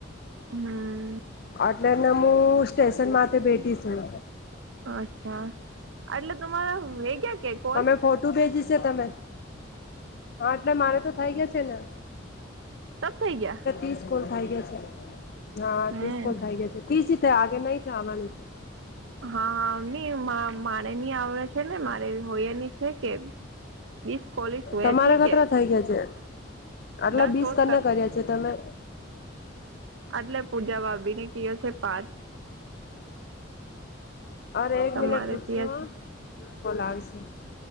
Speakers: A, on the right; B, on the left.
A: હું
B: અટલે નેમું સ્ટેશન માથે બેઠી છું
A: અચ્છા એટલે તમારા વે ગયા કંક
B: તમે ફોટું ભેજી છે તમે હા એટલે મારે તો થઈ ગયા છે ને
A: તબ થઈ ગયા
B: ત્રીસલ થાય ગયા છે હા
A: હમ
B: ત્રીસ કોલ થઈ ગયા છે ત્રીસ રીતે આગે નહી થ આવવાનું છે.
A: <unintelligible> હા હા મારે નની આવડે છે ને મારે હોયયાની છે કે વીસ કોલીસ હોય
B: તમારા
A: છે કે
B: કતરા થઈ ગયા છે આટલે
A: દસ
B: બીસ
A: ઓર
B: કરને કર્યા છે તમે
A: આટલે પૂજા ભાભીને કયો છે પાંચ
B: અરે એક
A: તમારે
B: મિનિટ પૂછશો
A: કયા છે
B: હ કોલ આવશે